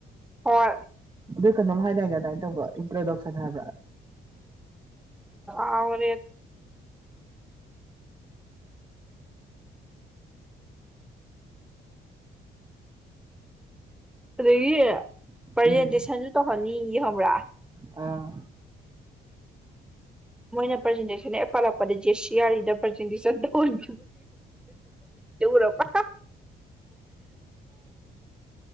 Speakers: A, in the centre; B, on the right.
A: ꯍꯣꯏ
B: ꯑꯗꯨꯏ ꯀꯩꯅꯣꯝ ꯍꯥꯏꯗꯥꯏꯅꯦ ꯑꯗꯨꯃꯥꯏꯅ ꯇꯧꯕ ꯏꯟꯇ꯭ꯔꯣꯗꯛꯁꯟ ꯍꯥꯏꯕ꯭ꯔꯥ
A: ꯑꯔ ꯑꯗꯒꯤ ꯄ꯭ꯔꯖꯦꯟꯇꯦꯁꯟꯁꯨ
B: ꯎꯝ
A: ꯇꯧꯍꯟꯅꯤꯡ ꯌꯦ ꯈꯪꯕ꯭ꯔꯥ
B: ꯑꯥ
A: ꯃꯣꯏꯅ ꯄ꯭ꯔꯖꯦꯟꯇꯦꯁꯟ ꯄꯠꯂꯛꯄꯗꯦ ꯁꯤꯌꯥꯔꯤꯗ ꯄ꯭ꯔꯖꯦꯟꯇꯦꯁꯟ ꯇꯧꯍꯟ ꯔꯣ ꯄ